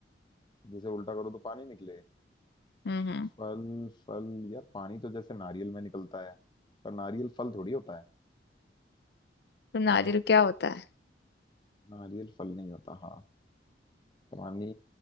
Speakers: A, on the left; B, on the left.
A: जैसे उल्टा करो तो पानी निकले
B: हम्म
A: फल फल यार पानी तो जैसे नारियल में निकलता है पर नारियल फल थोड़ी होता है
B: तो नारियल
A: आ,
B: क्या होता है
A: नारियल फल नहीं होता हाँ पानी